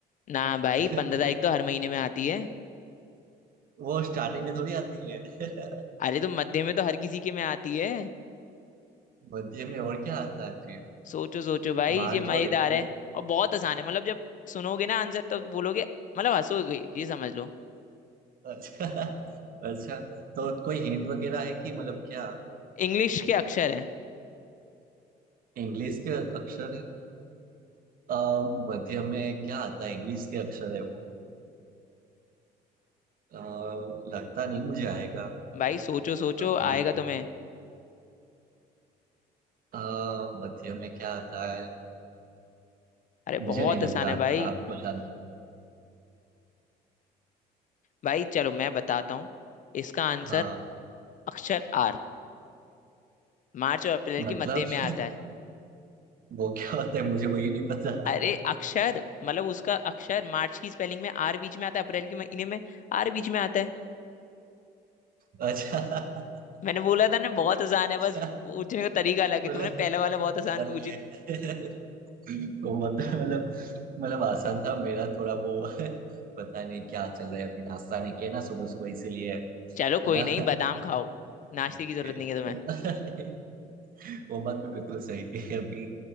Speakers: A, on the left (about 50°); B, on the right (about 55°).
A: ना भाई
B: <laughs>
A: पंद्रह तारीख तो हर महीने में आती है
B: वो स्टार्टिंग में थोड़ी आती है <laughs>
A: अरे तो मध्य में तो हर किसी के में आती है
B: मध्य में और क्या आता है फिर
A: सोचो सोचो भाई
B: मार्च
A: ये मजेदार
B: और अप्रैल
A: है और बहुत आसान है मतलब जब सुनोगे ना आंसर तो बोलोगे मतलब हंसोगे ये समझ लो
B: अच्छा <laughs> अच्छा तो कोई हिंट वगैरह है कि मतलब क्या
A: इंग्लिश के अक्षर है
B: इंग्लिश के अक्षर है आ, मध्य में क्या आता है इंग्लिश के अक्षर है वो अ, लगता नहीं मुझे आएगा
A: भाई सोचो सोचो
B: अभी
A: आएगा तुम्हें
B: अ, मध्य में क्या आता है
A: अरे
B: मुझे
A: बहुत
B: नहीं लगता
A: आसान है
B: आता
A: भाई
B: है आप ही बता दो
A: भाई चलो मैं बताता हूँ इसका आंसर
B: हाँ
A: अक्षर आर मार्च और अप्रैल
B: मतलब
A: के मध्य में
B: <laughs>
A: आता है
B: वो क्या होता है मुझे वही नहीं पता
A: अरे अक्षर मतलब उसका अक्षर मार्च की स्पेलिंग में आर बीच में आता है अप्रैल के महीने में आर बीच में आता है
B: अच्छा <laughs>
A: मैंने बोला था ना बहुत आसान
B: अच्छा
A: है बस पूछने का तरीका अलग है
B: बोले
A: तुमने पहला वाला बहुत
B: अरे
A: आसान पूछी
B: <laughs> तो मतलब मतलब मतलब आसान था मेरा थोड़ा वो <laughs> पता नहीं क्या चल रहा है अभी नाश्ता नहीं किया ना सुबह सुबह इसीलिए है
A: चलो कोई
B: ना
A: नहीं बादाम खाओ नाश्ते
B: ओके
A: की जरूरत नहीं
B: तो
A: है तुम्हें
B: वो <laughs> वो बात भी बिल्कुल सही है अभी